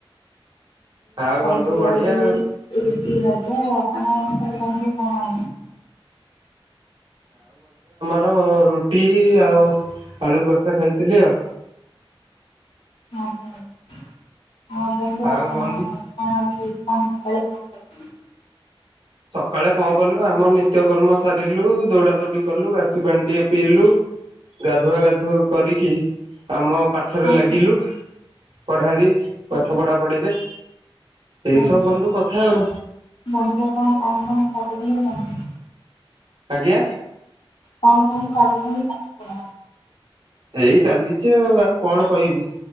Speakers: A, on the right; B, on the left.
A: ଆଉ
B: ଖାଇଥିଲି
A: ବନ୍ଧୁ ବଢିଆ
B: ଆଜି
A: ଆଉ
B: ରୁଟି ଭଜା ସୋ ଆପଣ କଣ କଣ
A: ର ରୁଟି ଆଉ ଆଳୁ କଷା ଖାଇଥିଲି ଆଉ।
B: ହଁ ପା। ହଁ ବନ୍ଧୁ
A: ଆଉ
B: ଆପଣ
A: ବନ୍ଧୁ
B: କଣ ଅଛି? କଣ ସକାଳେ କଲ କରଥି
A: ସକାଳେ କଣ କଲୁ ଆମ ନିତ୍ୟକର୍ମ ସାରିଲୁ, ଦୌଡା ଦୌଡି କଲୁ, ବାସି ପାଣି ଟିକେ ପିଇଲୁ, ଗାଧୁଆ ଗାଧୁ କରିକି ଆମ ପାଠରେ
B: ଆଜ୍ଞା
A: ଲାଗିଲୁ, ପଢାରେ
B: ଆଜ୍ଞା
A: ପାଠ ପଢା ପଢିରେ ଏଇ
B: ଆଜ୍ଞା
A: ସବୁ ବନ୍ଧୁ କଥା ଆଉ
B: ବନ୍ଧୁ ଆପଣ କଣ କଣ ସବୁଦେଲେ ମଧ୍ୟ <unintelligible>
A: ଆଜ୍ଞା
B: କଣ କଣ ସରିଲାଣି ପାଠ ପଢ଼ା।
A: ଏଇ ଚାଲିଛି ଆଉ ଆଉ କଣ କହିବି